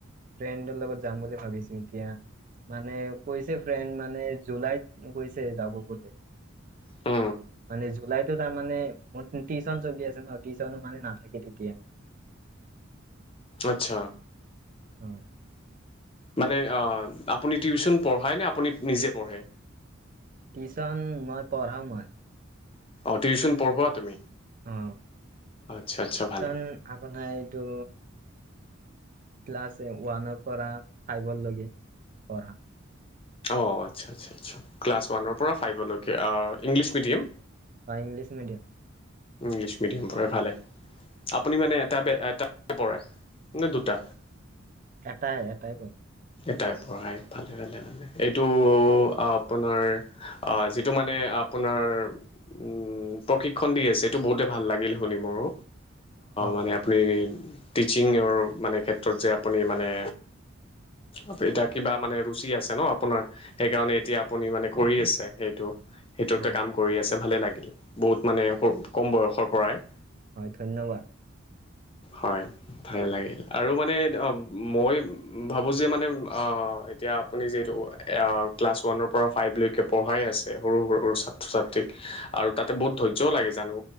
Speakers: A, on the right; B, on the left.
A: ফ্ৰেণ্ডৰ লগত যাম বুলি ভাবিছো এতিয়া মানে কৈছে ফ্ৰেণ্ড মানে জুলাইত গৈছে যাব বুলি
B: অ
A: মানে জুলাইতো তাৰ মানে মোৰ চলি আছে ন টিউছনো মানে নাথাকে তেতিয়া
B: আচ্ছা
A: হয়
B: মানে আপুনি টিউচন পঢ়ায় নে আপুনি নিজে পঢ়ে
A: টিউচন মই পঢ়া মই
B: অ টিউচন পঢ়ুৱা তুমি
A: অ
B: আচ্ছা আচ্ছা ভালে।
A: কাৰণ আপোনাৰ এইটো ক্লাছ ওৱানৰ পৰা ফাইভৰ লৈকে পঢ়া
B: অ আচ্ছা আচ্ছা আচছা ক্লাছ ৱানৰ পৰা ফাইভলৈেংলিছ মডিয়াম
A: হয় ইংলিছ মিডিয়াম
B: ইংলিছ মিডিয়াম পঢ়াই ভালে আপুনি মানে এটা এট পৰে ন দুটা
A: এটাই এটাই ক
B: এটাই পঢ়াই ভালেে ভালে এইটো আপোনাৰ যিটো মানে আপোনাৰ উম প্ৰশিক্ষণ দি আছে এইটো বহুতে ভাল লাগিল শুনিম আৰু
A: হয়
B: মানে আপুনি টিচিঙৰ মানে ক্ষেত্ৰত যে আপুনি মানে এতিয়া কিবা মানে ৰুচি আছে ন আপোনাৰ সেইকাৰণে এতিয়া আপুনি মানে কৰি আছে সেইটো সেইটোতে
A: হয়
B: কাম কৰি আছে ভালে লাগিল বহুত মানে কম বয়সৰ পৰাই
A: হয় ধন্যবাদ
B: হয় ভাল লাগিল আৰু মানে অ মই ভাবোঁ যে মানে এতিয়া আপুনি যিহেতু ক্লাছ ওৱানৰ পৰা ফাইভলৈকে পঢ়াই আছে ছে সৰু সৰুৰু ছাত্ৰ ছাত্ৰীক আৰু তাতে বহুত ধৈৰ্যয়ও লাগে জানো